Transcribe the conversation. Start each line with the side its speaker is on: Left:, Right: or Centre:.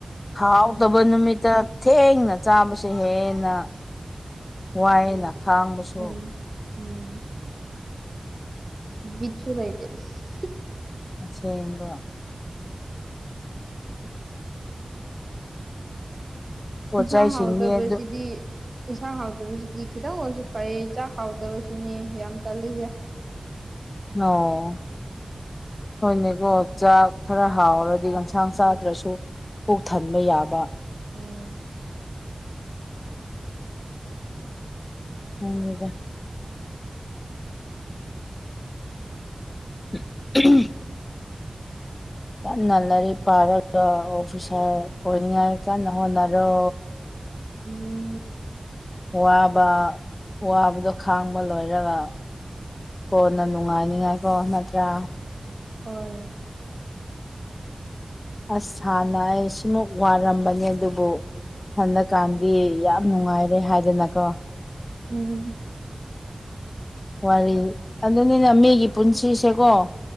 Left: ꯍꯥꯎꯇꯕ
Right: ꯎꯝ
Left: ꯅꯨꯃꯤꯠꯇ ꯊꯦꯡꯅ ꯆꯥꯕꯁꯦ ꯍꯦꯟꯅ ꯋꯥꯏꯅ
Right: ꯍꯣꯏ
Left: ꯈꯥꯡꯕꯁꯨ
Right: ꯎꯝ ꯎꯝ ꯕꯤꯠꯁꯨ ꯂꯩꯇꯦ ꯑꯁ
Left: ꯑꯁꯦꯡꯕ ꯄꯣꯠ
Right: ꯏꯟꯖꯥꯡ
Left: ꯆꯩꯁꯤꯡꯗꯤ
Right: ꯍꯥꯎꯇꯕꯁꯤꯗꯤ
Left: ꯑꯗꯨ
Right: ꯌꯦꯟꯁꯥꯡ ꯍꯥꯎꯇꯕꯁꯤꯗꯤ ꯈꯤꯇꯪ ꯑꯣꯏꯔꯁꯨ ꯐꯩꯌꯦ ꯆꯥꯛ ꯍꯥꯎꯇꯕꯁꯤꯅꯦ ꯌꯥꯝ ꯇꯜꯂꯤꯁꯦ
Left: <inaudible> ꯍꯣꯏꯅꯦꯀꯣ ꯆꯥꯛ ꯈꯔ ꯍꯥꯎꯔꯗꯤ ꯌꯦꯟꯁꯥꯡ ꯆꯥꯗ꯭ꯔꯁꯨ ꯄꯨꯣꯛ ꯊꯟꯕ ꯌꯥꯕ
Right: ꯎꯝ
Left: <inaudible> <inaudible> ꯀꯟꯅ ꯂꯥꯏꯔꯤꯛ ꯄꯥꯔꯒ ꯑꯣꯐꯤꯁꯥꯔ ꯑꯣꯏꯅꯤꯡꯉꯥꯏ ꯀꯟꯅ ꯍꯣꯠꯅꯔꯣ
Right: ꯎꯝ
Left: ꯋꯥꯕ ꯋꯥꯕꯗꯣ ꯈꯥꯡꯕ ꯂꯣꯏꯔꯒ ꯀꯣꯟꯅ ꯅꯨꯡꯉꯥꯏꯅꯤꯉꯥꯏꯀꯣ ꯅꯠꯇ꯭ꯔꯥ
Right: ꯍꯣꯏ
Left: ꯑꯁ ꯍꯥꯟꯅ ꯑꯩ ꯁꯤꯃꯨꯛ ꯋꯥꯔꯝꯕꯅꯦ ꯑꯗꯨꯕꯨ ꯍꯟꯗꯛꯀꯥꯟꯗꯤ ꯌꯥꯝ ꯅꯨꯡꯉꯥꯏꯔꯦ ꯍꯥꯏꯗꯅꯀꯣ
Right: ꯎꯝ
Left: ꯋꯥꯔꯤ ꯑꯗꯨꯅꯤꯅ ꯃꯤꯒꯤ ꯄꯨꯟꯁꯤꯁꯦꯀꯣ